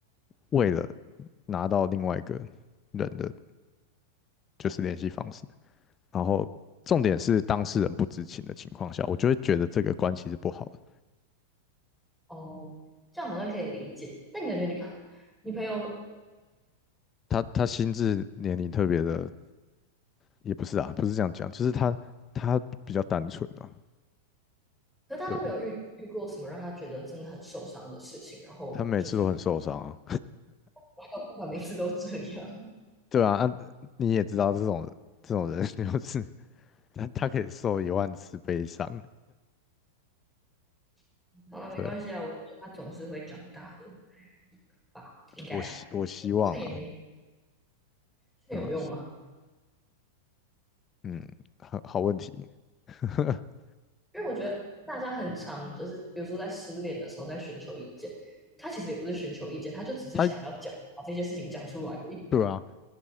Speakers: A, on the left; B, in the centre.
A: 为了拿到另外一个人的就是联系方式，然后重点是当事人不知情的情况下，我就会觉得这个关系是不好的。
B: 哦，这样好像可以理解，但感觉你朋 <laughs> 你朋友
A: 他他心智年龄特别的也不是啊，不是这样讲，就是他他比较单纯啊，
B: 可是他都没有遇遇过什么让他觉得真的很受伤的事情，
A: 对
B: 然后就是
A: 他每次都很受伤啊，
B: 我还有办法每次都这样。
A: 对啊，啊你也知道这种这种人 <laughs> 就是他他可以受一万次悲伤，
B: <laughs> 好了，没关系啊，
A: 对啊，
B: 我觉得他总是会长大的吧，应该啦。
A: 我希我希望啦，
B: 劝也没劝有用吗？
A: 对啊，嗯，很好问题，<laughs>
B: 因为我觉得大家很常就是，比如说在失恋的时候在寻求意见，他其实也不是寻求意见，他就只是想要讲把这些事情讲出来而已。
A: 他对啊，